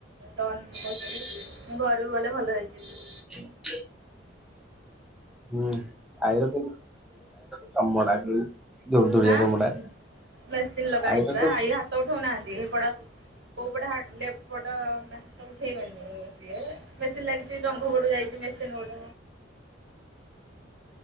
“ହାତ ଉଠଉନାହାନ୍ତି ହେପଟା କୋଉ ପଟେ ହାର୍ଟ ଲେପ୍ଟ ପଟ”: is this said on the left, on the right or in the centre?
Right